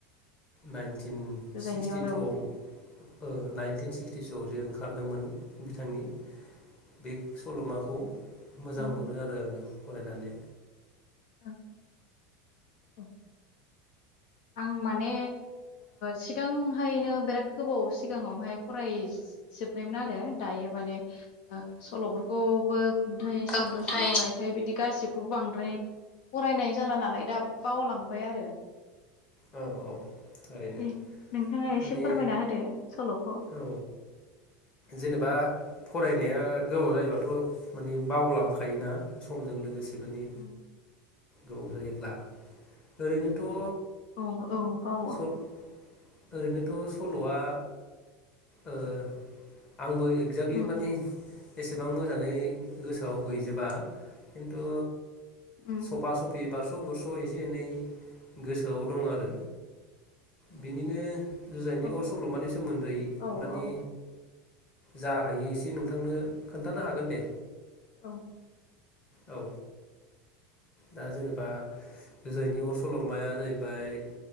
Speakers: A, on the left (about 30°); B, on the left (about 65°).
A: नाइन्टि
B: जुजाइनि
A: सिक्सटिथुआव
B: अराव
A: ओ नाइनटिन सिटिसोआव जे ओंखारदोंमोन बिथांनि बे सल'माखौ
B: औ
A: मोजां मोनो आरो आङो। फरायनानै
B: औ औ आं माने, सिगांहायनो बिराद गोबाव सिगाङावहाय फरायजोबनायमोन आरो। दायो माने सल'फोरखौबो खन्थाइ सुंद'
A: खन्थाइ
B: सल' रायथाइ बिदि गासिबो खौ बांद्राय फरायनाय जाला नालाय दा बावलांबाय आरो
A: औ औ ओरैनो
B: दे नोंथाङा एसे
A: माने
B: फोरमायना होदो सल'खौ
A: औ जेनेबा फराय नाया गोबाव जायोबाथ' मानि बावलांखायोना समजों लोगोसे माने
B: उम
A: गोबाव जायोब्ला ओरैनोथ'
B: औ औ बावो।
A: सल ओरैनोथ' सल'आ औ आंबो एक्जेक्टलि
B: उम
A: माने एसेबां मोजाङै गोसोआव गैजोबा खिन्थु
B: उम
A: सफा सफि बार स' बुरस' एसे एनै गोसो सोआव दं आरो बिनिनो जुजाइनि
B: औ
A: अर सल'मानि सोमोन्दै
B: औ
A: मानि
B: औ
A: जा हायो एसे नोंथांनो खोन्थानो हागोन दे।
B: औ
A: औ दा जेनेबा जुजायनि अर सल'माया जाहैबाय